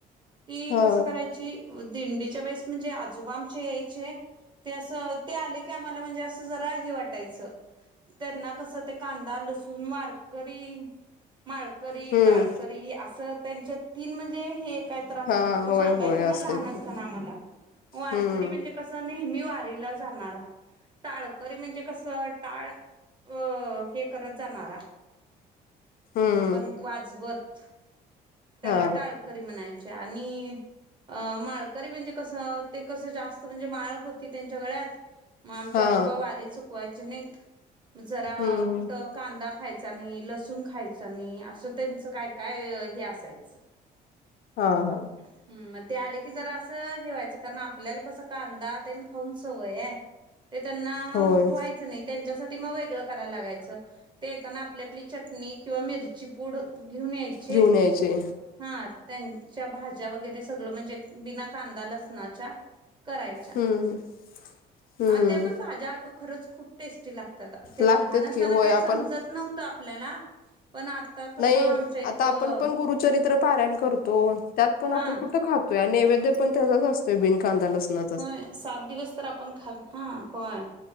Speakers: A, on the right (about 25°); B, on the left (about 60°).
A: ती
B: हा
A: कसं करायची दिंडीच्या वेळेस म्हणजे आजोबामच्या यायचे ते असं ते आले की आम्हाला म्हणजे अस जरा हे वाटायच त्यांना कस ते कांदा लसूण वारकरी माळकरी
B: हम्म
A: टाळकरी असं त्यांच्या तीन म्हणजे हे काय तर असायची
B: हा
A: ती
B: होय
A: सांगायची
B: होय
A: ना
B: असते
A: लहान
B: की.
A: असना आम्हाला वारकरी
B: हम्म
A: म्हणजे कस नेहमी वारीला जाणारा टाळकरी म्हणजे कसं टाळ अ.. हे करत जाणारा
B: हम्म
A: आपण वाजवत त्याला
B: हा
A: टाळ करी म्हणायचे आणि अ माळकरी म्हणजे कसं ते कसं जास्त म्हणजे माळ होती त्यांच्या गळ्यात आमचे
B: हा
A: आजोबा वारी चुकवायची नाहीत जरा
B: हम्म हम्म
A: कुठं कांदा खायचा नाही लसूण खायचा नाही असं त्यांचं काय काय हे असायचं
B: हा हा
A: हम मग ते आले की जरा असं हेे व्हायचं कारण आपल्याला कस कांदा ते खाऊन सवय हाय ते त्यांना
B: होय
A: <inaudible> नाहीत त्यांच्यासाठी मग वेगळं करायला लागायचं ते येताना आपली आपली चटणी किंवा मिरची पूड घेऊन यायचे
B: घेऊन यायचे
A: हा त्यांच्या भाज्या वगैरे सगळं म्हणजे बिना कांदा लसणाच्या करायच्या
B: हम्म हम्म
A: अन ते पण भाज्या खरंच खूप टेस्टी लागतात ते
B: लागतेत
A: लहान असताना
B: की होय
A: काही
B: आपण
A: समजत नव्हत आपल्याला पण कसं
B: नाही
A: आमच्या इथं
B: आता आपण पण गुरुचरित्र पारायण करतो त्यात पण आपण
A: हा
B: कुठं खातो नैवेद्य पण तेजाच असतोय बिन कांदा लसना
A: होय सात दिवस तर आपण खात हा होय